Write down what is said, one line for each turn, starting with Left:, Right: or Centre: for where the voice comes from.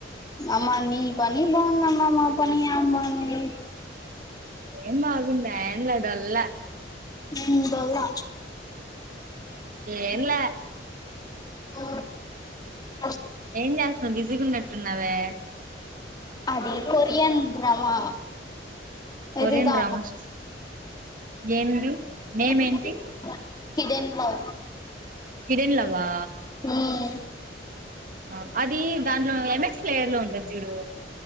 Left: అమ్మ నీ పని బాగు అమ్మా మా పని ఎమ్ బాంది
Right: ఎమ్ బగుంధా ఎమ్లె డోలా
Left: ఉమ్ డోలా
Right: ఎమ్లె
Left: ఓ ఆ
Right: ఏం చెస్ బిజగా ఉనాటు అనావే
Left: అదే కొరియన్ డ్రామా
Right: కొరియన్
Left: ఎది తా
Right: డ్రామాస్ ఏంది నేమ్
Left: <unintelligible>
Right: ఏంటి
Left: హిడెన్ ప్లౌ
Right: హిడెన్ ప్లౌవా
Left: ఉమ్
Right: ఆ అది దాంట్లో ఏంస్ థియరీ ఉంటది చూడు.